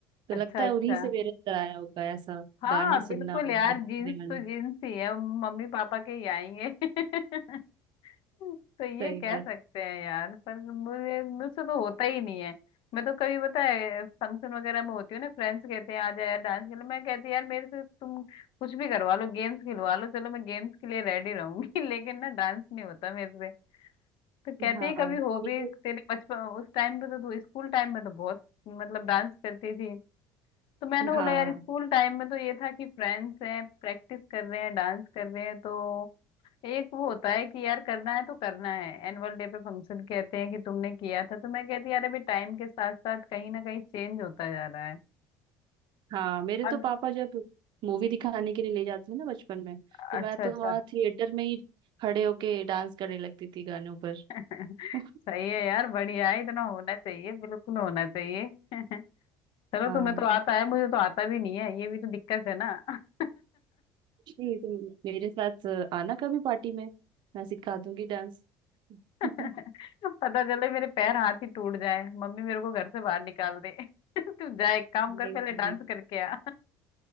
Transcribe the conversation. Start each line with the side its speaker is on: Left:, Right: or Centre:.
Right: तो
Left: अच्छा
Right: लगता है
Left: अच्छा
Right: उन्हीं से मेरे अंदर आया होगा ऐसा
Left: हाँ
Right: गाना सुनना
Left: बिल्कुल
Right: और
Left: यार
Right: गाना सुनने
Left: जीन्स
Right: वाले
Left: तो जीन्स ही है मम्मी पापा के ही आएंगे <laughs> तो ये
Right: सही
Left: कह
Right: बात
Left: सकते हैं यार पर मुझे मुझसे तो होता ही नहीं है मैं तो कभी पता है फंक्शन वगैरह में होती हूँ ना फ्रेंड्स कहते हैं आ जा यार डांस के लिए मैं कहती यार मेरे से तुम कुछ भी करवा लो गेम्स खिलवा लो चलो मैं गेम्स के लिए रेडी रहूंगी <laughs> लेकिन ना डांस नहीं होता मेरे से तो कहते
Right: हाँ
Left: ही कभी हो भी
Right: मेरे
Left: तेरे बचपन उस टाइम पे तो तू स्कूल टाइम में तो बहुत मतलब डांस करती थी तो मैंने
Right: हाँ
Left: बोला यार
Right: हाँ
Left: स्कूल टाइम में तो ये था कि फ्रेंड्स हैं प्रैक्टिस कर रहे हैं डांस कर रहे हैं तो एक वो होता है कि यार करना है तो करना है एनुअल डे पे फंक्शन कहते हैं कि तुमने किया था तो मैं कहती हूँ, यार अभी टाइम के साथ साथ कहीं ना कहीं चेंज होता जा रहा है
Right: हाँ मेरे तो
Left: अग-
Right: पापा जब मूवी दिखाने के लिए ले जाते थे ना बचपन में
Left: अच्छा
Right: तो मैं तो
Left: अच्छा
Right: वहाँ थिएटर में ही खड़े होके डांस करने लगती थी गानों पर
Left: <laughs> सही
Right: <laughs>
Left: है यार बढ़िया है इतना होना चाहिए बिल्कुल होना चाहिए <laughs> चलो
Right: हाँ
Left: तुम्हें तो आता है मुझे तो आता भी नहीं है ये भी तो दिक्कत है ना <laughs>
Right: जी तुम मेरे साथ आना कभी पार्टी में मैं सिखा दूंगी डांस <laughs>
Left: पता
Right: नहीं
Left: चले मेरे पैर हाथ ही टूट जाए मम्मी मेरे को घर से बाहर निकाल दे <laughs> तू जा एक काम
Right: नहीं
Left: कर पहले डांस करके आ